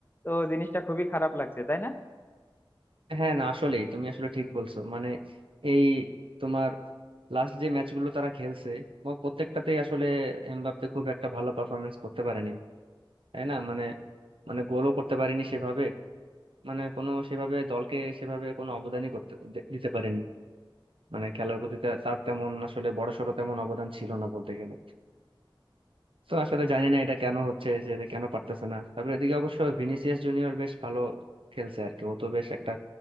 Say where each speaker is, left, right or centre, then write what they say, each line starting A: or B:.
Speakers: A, on the left; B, on the right.
A: তো জিনিসটা খুবই খারাপ লাগছে তাই না
B: হ্যাঁ না আসলেই তুমি আসলে ঠিক বলছো মানে এই তোমার লাস্ট যে ম্যাচগুলো তারা খেলছে ও প্রত্যেকটাতেই আসলে এমবাপ্পে খুব একটা ভালো পারফরমেন্স করতে পারেনি তাই না মানে মানে গোলও করতে পারেনি সেভাবে মানে কোনো সেভাবে দলকে সেভাবে কোনো অবদানই করতে দে- দিতে পারেনি মানে খেলার প্রতি তা- তার তেমন আসলে বড়সড় তেমন অবদান ছিল না বলতে গেলে তো আসলে জানি না এটা কেন হচ্ছে যে এটা কেন পারতেছে না তারপরে এদিকে অবশ্য ভিনিসিয়াস জুনিয়র বেশ ভালো খেলছে আর কি ও তো বেশ একটা